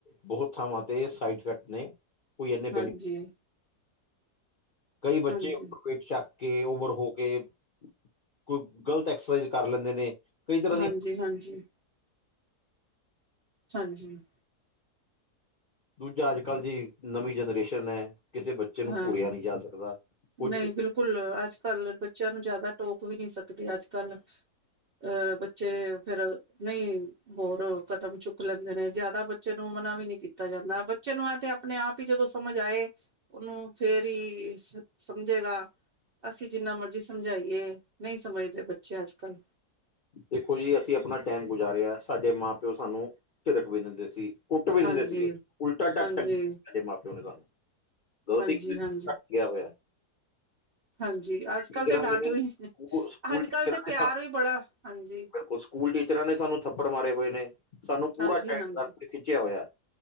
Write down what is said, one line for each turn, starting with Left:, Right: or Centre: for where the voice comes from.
Left: ਬਹੁਤ ਥਾਵਾਂ ਤੇ ਸਾਈਡ ਇਫੈਕਟ ਨੇ। ਕੋਈ ਇੰਨੇ ਬੈਨੀਫਿਟ
Right: ਹਾਂਜੀ।
Left: ਕਈ ਬੱਚੇ
Right: ਹਾਂਜੀ
Left: ਪੇਟ ਸ਼ ਕੇ ਓਵਰ ਹੋਕੇ, ਕੋਈ ਗਲਤ ਐਕਸਰਸਾਈਜ਼ ਕਰ ਲੈਂਦੇ ਨੇ। ਕਈ ਤਰ੍ਹਾਂ ਦੀ
Right: ਹਾਂਜੀ-ਹਾਂਜੀ। ਹਾਂਜੀ।
Left: ਦੂਜਾ ਅੱਜ-ਕੱਲ ਜੇ, ਨਵੀਂ ਜਨਰੇਸ਼ਨ ਐ, ਕਿਸੇ ਬੱਚੇ ਨੂੰ
Right: ਹਾਂ
Left: ਘੂਰਿਆ ਨਹੀਂ ਜਾ ਸਕਦਾ। ਕੁੱਝ
Right: ਨਹੀਂ, ਬਿਲਕੁਲ, ਅੱਜ-ਕੱਲ ਬੱਚਿਆਂ ਨੂੰ ਜ਼ਿਆਦਾ ਟੋਕ ਵੀ ਨਹੀ ਸਕਦੇ, ਅੱਜ-ਕੱਲ ਅਹ ਬੱਚੇ, ਫੇਰ ਨਹੀਂ ਹੋਰ ਕਦਮ ਚੁੱਕ ਲੈਂਦੇ ਨੇ, ਜ਼ਿਆਦਾ ਬੱਚੇ ਨੂੰ ਮਨਾ ਵੀ ਨੀ ਕੀਤਾ ਜਾਂਦਾ, ਬੱਚੇ ਨੂੰ ਐ ਤੇ ਅਪਣੇ-ਆਪ ਈ ਜਦੋਂ ਸਮਝ ਆਏ। ਉਹਨੁੰ ਫੇਰ ਈ ਸਮਝੇਗਾ, ਅਸੀਂ ਜਿੰਨਾ ਮਰਜ਼ੀ ਸਮਝਾਈਏ ਨਹੀਂ ਸਮਝਦੇ ਬੱਚੇ ਅੱਜ-ਕੱਲ।
Left: ਦੇਖੋ ਜੀ ਅਸੀਂ ਅਪਣਾ ਟਾਈਮ ਗੁਜ਼ਾਰਿਆ, ਸਾਡੇ ਮਾਂ-ਪਿਓ ਸਾਨੂੰ ਝਿੜਕ ਵੀ ਦਿੰਦੇ ਸੀ। ਕੁੱਟ ਵੀ ਦਿੰਦੇ
Right: ਹਾਂਜੀ
Left: ਸੀਗੇ, ਉਲਟਾ ਟੰਗ
Right: ਹਾਂਜੀ
Left: ਦਿੰਦੇ ਸੀ, ਮਾਂ-ਪਿਓ ਤੇ ਨਾਲ। ਗਲਤੀ
Right: ਹਾਂਜੀ
Left: ਕੀਤੀ
Right: ਹਾਂਜੀ
Left: ਘਟ ਗਿਆ ਹੋਇਆ।
Right: ਹਾਂਜੀ, ਅੱਜ-ਕੱਲ
Left: ਟੀਚਰਾਂ
Right: ਤੇ ਡਾਂਟ
Left: ਨੇ
Right: ਵਿਚ, ਨਹੀ
Left: ਸਕੂਲ
Right: ਅੱਜ-ਕੱਲ
Left: ਟੀਚਰਾਂ
Right: ਤੇ ਪਿਆਰ
Left: ਨੇ ਸਾਨੂੰ
Right: ਵੀ ਬੜਾ ਹਾਂਜੀ
Left: ਬਿਲਕੁਲ ਸਕੂਲ ਟੀਚਰਾਂ ਨੇ ਸਾਨੂੰ ਥੱਪੜ ਮਾਰੇ ਹੋਏ ਨੇ, ਸਾਨੂੰ ਪੂਰਾ
Right: ਹਾਂਜੀ
Left: ਟਾਇਟ
Right: ਹਾਂਜੀ
Left: ਕਰਕੇ ਖਿੱਚਿਆ ਹੋਇਆ।